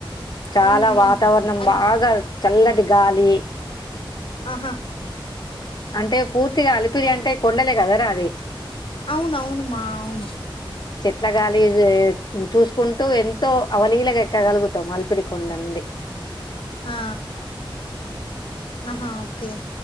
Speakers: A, on the left (about 50°); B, on the left (about 70°).
A: చాలా
B: హ్మ్. హ్మ్.
A: వాతావరణం
B: అన్
A: బాగా చల్లటి గాలి
B: ఆ హా
A: అంటే పూర్తిగా అలిపిరి అంటే కొండలే గదరా అది
B: అవునవును మా అవును
A: చేట్లా గాలి చూసుకుంటూ ఎంతో అవలీలగా ఎక్కగలుగుతాం అలిపిరి కొండ అండి
B: ఆ ఆహా ఓకే